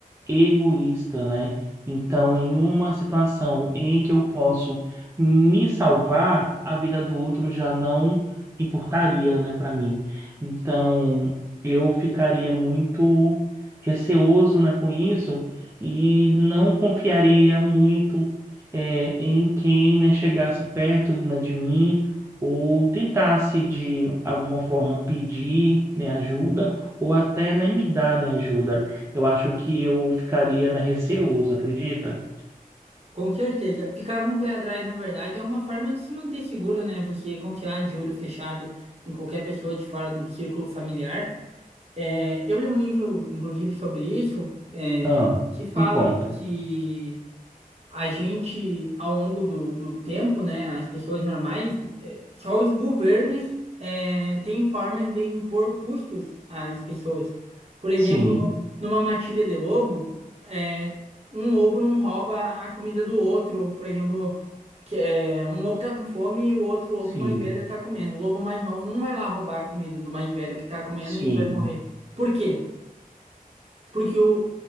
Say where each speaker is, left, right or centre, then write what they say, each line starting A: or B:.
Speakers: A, on the right; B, on the right.
A: egoísta, né? Então, em uma situação em que eu posso me salvar, a vida do outro já não importaria, né, para mim. Então, eu ficaria muito receoso, né, com isso e não confiaria muito eh, em quem, né, chegasse perto, né, de mim ou tentasse de alguma forma pedir, né, ajuda ou até, né, me dar, né, ajuda. Eu acho que eu ficaria na receoso, acredita?
B: Com certeza. Ficar com o pé atrás, na verdade, é uma forma de se manter seguro, né? Você confiar de olho fechado em qualquer pessoa de fora do círculo familiar. É, eu li um livro, inclusive, sobre isso, é,
A: Ah,
B: que fala
A: me conta.
B: que a gente, ao longo do, do tempo, né, as pessoas normais, eh, só os governos eh, têm formas de impor custos às pessoas. Por exemplo,
A: Sim,
B: numa matilha de lobo, eh, um lobo não rouba a comida do outro. Por exemplo, que, eh, um lobo tá com fome e o outro lobo
A: sim,
B: mais velho tá comendo. O lobo mais novo não vai lá roubar a comida do mais velho que tá comendo
A: sim,
B: e que vai morrer. Por quê? Porque o,